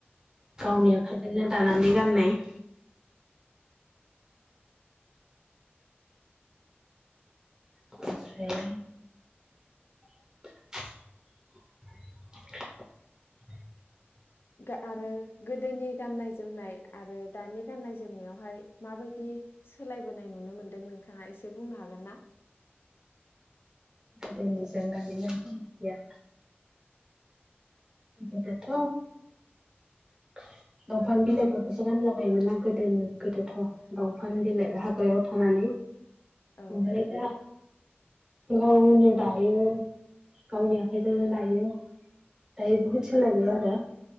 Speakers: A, on the right; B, on the left.
A: गावनि
B: औ
A: आखाइजोंनो दानानै गाननाय उम ओमफ्राय <inaudible>
B: गा आरो गोदोनि गाननाय जोमनाय आरो दानि गाननाय जोमनायावहाय माबायदि सोलायबोनाय नुनो मोनदों नोंथाङा एसे बुंनो हागोन ना?
A: गोदोनिजों दानिजों फाराग गैया। बेदोथ'। दंफां बिलाइफोरखौसो गानलाबायोमोनना। गोदोनि गोदोथ' दंफां बिलाइ हाग्रायाव थानानै।
B: औ
A: ओमफ्राय दा गावनो दायो गावनि आखाइजोंनो दायो । दायो बहुद सोलायबाय आरो